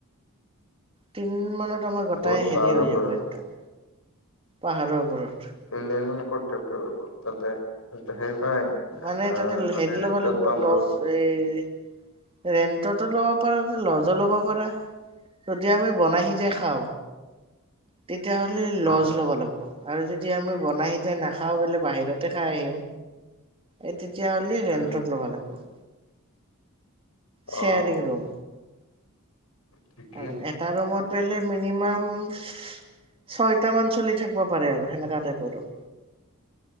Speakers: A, on the right (about 25°); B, on the left (about 80°).
A: তিন মানত আমাৰ গোটাই
B: ক'ত
A: হেৰি
B: পাহাৰৰ
A: হৈ
B: ওপৰত
A: যাব একদম পাহাৰৰ ওপৰত।
B: তিনদিনমান ক'ত থাকবা লাগব তাতে <unintelligible>
A: মানে
B: আহ
A: তাতে
B: মানে
A: হেৰি
B: ৰেন্টত
A: ল'ব লাগব'
B: পাম
A: লছ
B: ৰুম
A: এই ৰেন্টততো ল'ব পাৰা ল'জ ল'ব পাৰা। যদি আমি বনাই সিজাই খাওঁ, তেতিয়াহ'লে ল'জ
B: অ
A: ল'বা লাগবো। আৰু যদি আমি বনাই সিজাই নাখাওঁ বোলে বাহিৰতে খাই আহিম। এই তেতিয়াহ'লি ৰেন্টত
B: উম
A: ল'বা লাগব'। শ্বেয়াৰিং
B: অ
A: ৰুম
B: ঠিকে
A: আৰু
B: আছে
A: এটা ৰুমত পেলে মিনিমাম ছয়টা মান চলি থাকবা পাৰে আৰু সেনেকা টাইপৰ আৰু।